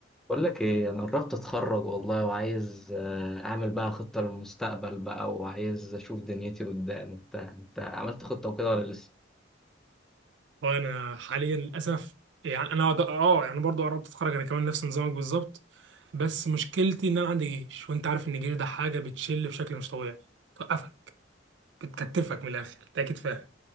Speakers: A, in the centre; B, on the right.
A: بقول لك ايه انا قربت اتخرج والله وعايز آه، اعمل بقى خطة للمستقبل بقى وعايز اشوف دنيتي قدام وبتاع انت عملت خطة وكده ولا لسه
B: وانا حاليا للاسف يعني انا أقعد- اه يعني برضو قربت اتخرج انا كمان نفس نظامك بالظبط بس مشكلتي ان انا عندي جيش وانت عارف ان الجيش ده حاجه بتشل بشكل مش طبيعي توقفك بتكتفك من الاخر انت اكيد فاهم